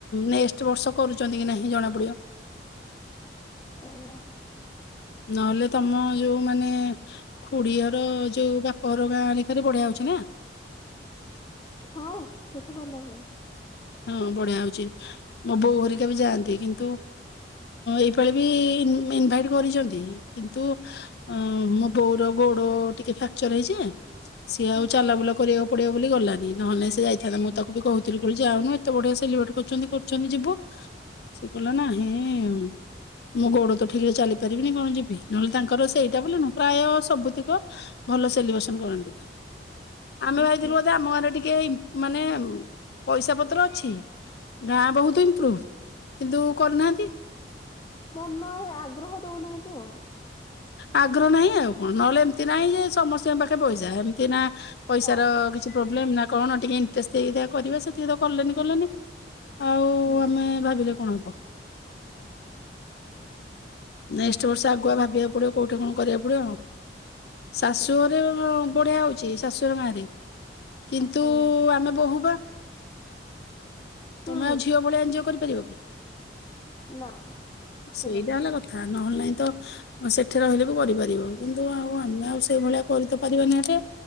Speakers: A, on the left (about 60°); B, on the left (about 25°).
A: ନେକ୍ସଟ୍ ବର୍ଷ କରୁଛନ୍ତି କି ନାହିଁ ଜଣା ପଡିବ।
B: ସେଇଆ
A: ନହେଲେ ତମ ଯୋଉ ମାନେ ଖୁଡ଼ି ଘର ଯୋଉ ବାପଘର ଗାଁଆ ଆଡିକରେ ବଢିଆ ହଉଛି ନା।
B: ହଁ ସେଠି ଭଲ ହୁଏ।
A: ହଁ ବଢିଆ ହଉଛି, ମୋ ବୋଉ ହରିକା ବି ଯାଆନ୍ତି କିନ୍ତୁ ଏଇପାଳି ବି ଇନଭାଇଟ୍ କରିଛନ୍ତି କିନ୍ତୁ ଉଁ ଉଁ ମୋ ବୋଉର ଗୋଡ ଟିକେ ଫ୍ୟାକ୍ଚର୍ ହେଇଛି ନା। ସିଏ ଆଉ
B: ଓହୋ
A: ଚାଲାବୁଲା କରିବା ପଡିବ ବୋଲି ଗଲାନି, ନହେଲେ ସେ ଯାଇଥାନ୍ତା ମୁଁ ତାକୁ ବି କହୁଥିଲି କୁଲ୍ ଯାଉନୁ ଏତେ ବଢିଆ ସେଲିବ୍ରେଟ୍ କରୁଛନ୍ତି କରୁଛନ୍ତି ଯିବୁ, ସେ କହିଲା ନାହିଁଇଇ ମୁଁ ଗୋଡ ତ ଠିକରେ ଚାଲିପାରିବିନି କଣ ଯିବି ନହେଲେ ତାଙ୍କର ସେଇଟା ବୋଲି ନୁହଁ ପ୍ରାୟ ସବୁତିକ ଭଲ ସେଲିବ୍ରେସନ୍ କରନ୍ତି। ଆମେ
B: ହୁଁ
A: ଭାବିଥିଲୁ
B: ହୁଁ
A: ବୋଧେ ଆମ ଗାଁରେ ଟିକେ। <inaudible> ମାନେ ପଇସା ପତ୍ର ଅଛି ଗାଁ ବହୁତ ଇମମ୍ପ୍ରୁ ଭ କିନ୍ତୁ କରିନାହାନ୍ତି।
B: ବନ ନ ଆଗ ଗ୍ରହ ଦଉନାହାନ୍ତି ଆଉ।
A: ଆଗ୍ର ନାହିଁ ଆଉ କଣ ନହେଲେ ଏମିତି ନାହିଁ ଯେ ସମସ୍ତଙ୍କ ପାଖେ ପଇସା ଏମିତି ନା ପଇସାର
B: ହଁ
A: କିଛି ପ୍ରୋବ୍ଲେମ ନା କଣ ଟିକେ ଇଣ୍ଟରେଷ୍ଟ ହେଇକି କରିବା ସେତିକି ତ କଲେନି କଲେନି ଆଉ
B: ନାଇଁ
A: ଆମେ ଭାବିଲେ କଣ ହବ। ନଇ ଚୋର୍ସ ଆଗୁଆ
B: ହୁଁ
A: ଭାବିବାକୁ ପଡିବ। କଉଠି କଣ କରିବାକୁ ପଡିବ ଆଉ। <inaudible> ଶାଶୁ
B: ସେଇଆ
A: ଘରେ ବଢିଆ ହଉଛି ଶାଶୁୁର ଘର ଗାଁ ରେ। କିନ୍ତୁ
B: ହଁ
A: ଆମେ ବୋହୂ ବା
B: ହୁଁ
A: ତମେ ଆଉ ଝିଅ ଭଳିଆ ଏଞଜୟ କରିପାରିବ। କି?
B: ନା କେବେ
A: ସେଇଟା
B: ନୁହେଁ।
A: ହେଲା କଥା ନହେଲେ ନାହିଁ ତ ସେଠି ରହିଲେ ବି କରିପାରିବ କିନ୍ତୁ ଆଉ ଆମେ ଆଉ ସେଇଭଳିଆ କରି ତ ପାରିବାନି ହେଟେ